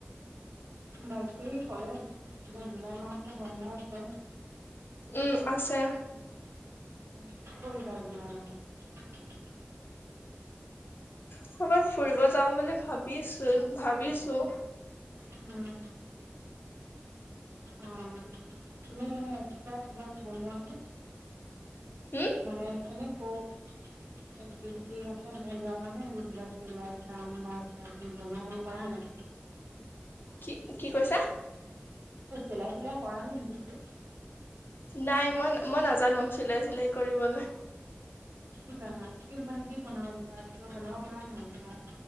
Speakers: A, on the right; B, on the left.
A: বাকী কলেজ যে জুলাই মাহত বন্ধই আছে।
B: উম, আছে।
A: কি কৰিবা জুলাই মাহত?
B: ক'ৰবাত ফুৰিব যাও বুলি ভাবিছোঁ ভাবিছোঁ।
A: উম। অ'। তুমি এনে এক্সট্ৰা কিবা বনোৱা নে
B: হম
A: মানে এনে কওক
B: <inaudible>
A: এক্টিভিটি আছে জানেনে এইবিলাক চিলাই কাম বা কিবা কিবি বনাৱা কৰা নাই?
B: কি কি কৈছা?
A: চিলাই-তিলাই কৰা নে সুধিছোঁ?
B: নাই মই নাজানো চিলাই-চিলাই কৰিবলৈ।
A: কি জানা কি মানে কি বনাব বিচাৰা কিবা বনাব পৰা নাই মানে?